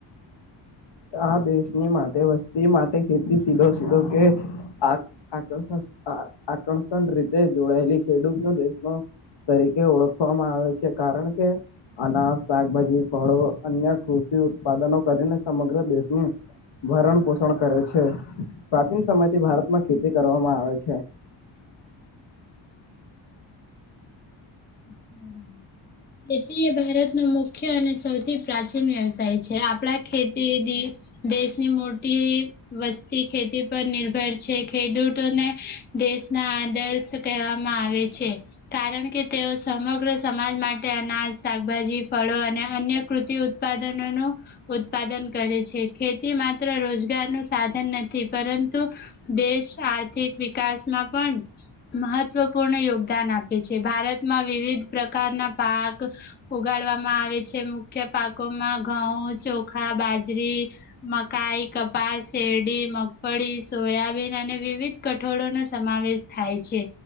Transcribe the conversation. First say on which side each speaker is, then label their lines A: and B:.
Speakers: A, on the left; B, on the left.
A: આ દેશની માટે વસ્તી માટે ખેતી સીધો સીધો કે આ આકર્ષણ આકર્ષણ રીતે જોડાયેલી ખેડૂત ન દેશનો તરીકે ઓળખવામાં આવે છે કારણ કે અનાજ શાકભાજી ફળો અન્ય કૃષિ ઉત્પાદનો કરીને સમગ્ર દેશની ભરણ પોષણ કરે છે પ્રાચીન સમય થી ભારતમાં ખેતી કરવામાં આવે છે.
B: <unintelligible> ખેતી એ ભારતનો મુખ્ય અને સૌથી પ્રાચીન વ્યવસાય છે આપણા ખેતી દેશની મોટી વસ્તી ખેતી પર નિર્ભર છે ખેડૂતોને દેશના આદર્શ કહેવામાં આવે છે કારણ કે તેઓ સમગ્ર સમાજ માટે અનાજ શાકભાજી ફળો અને અન્ય કૃતિ ઉત્પાદનોનું ઉત્પાદન કરે છે ખેતી માત્ર રોજગારનું સાધન નથી પરંતુ દેશ આર્થિક વિકાસમાં પણ મહત્વપૂર્ણ યોગદાન આપે છે ભારતમાં વિવિધ પ્રકારના પાક ઉગાડવામાં આવે છે મુખ્ય પાકોમાં ઘઉં ચોખા બાજરી મકાઈ કપાસ શેરડી મગફળી સોયાબીન અને વિવિધ કઠોળો નો સમાવેશ થાય છે